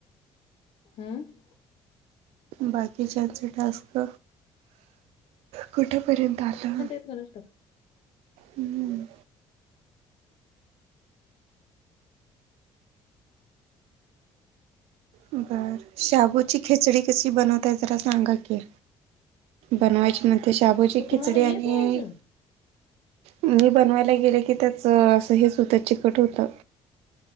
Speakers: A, on the left; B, on the right.
A: हम्म,
B: बाकीच्याचे टास्क? कुठंपर्यंत आलं?
A: कुणाष्टाऊक
B: हम्म, बर, शाबूची खिचडी कशी बनवताय जरा सांगा की? बनवायची म शाबूची
A: तू
B: खिचडी
A: तुम्हाला येत
B: आणि.
A: नाही अजून
B: मी बनवायला गेले की त्याच असं हेच हुतय, चिकट होतय.